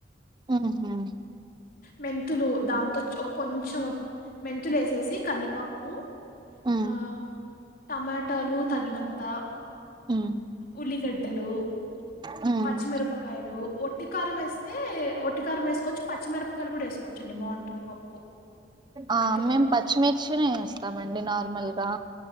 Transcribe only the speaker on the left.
మెంతులు దాంతో కొంచెం మెంతులు వేసేసి కందిపప్పు
ఆ టమాటాలు తగినంత
ఉల్లిగడ్డలు
పచ్చిమిరపకాయలు ఒట్టి కారం వేస్తే ఒట్టి కారం వేసుకొచ్చు పచ్చిమిరపయ కూడా వేసుకోవచ్చండి బాగుంటుంది పప్పు
మెంతి
పప్పు.